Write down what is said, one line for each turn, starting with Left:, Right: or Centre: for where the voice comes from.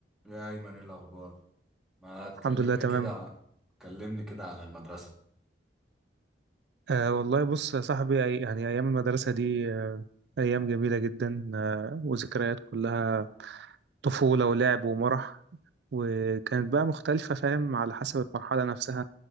Centre: يا أيمن إيه الأخبار؟ ما تكلمني
Right: الحمد لله تمام
Centre: كده تكلمني كده على المدرسة
Right: آه والله بص يا صاحبي أي- يعني أيام المدرسة دي آه أيام جميلة جدا آه وذكريات كلها طفولة ولعب ومرح وكانت بقى مختلفة فاهم على حسب المرحلة نفسها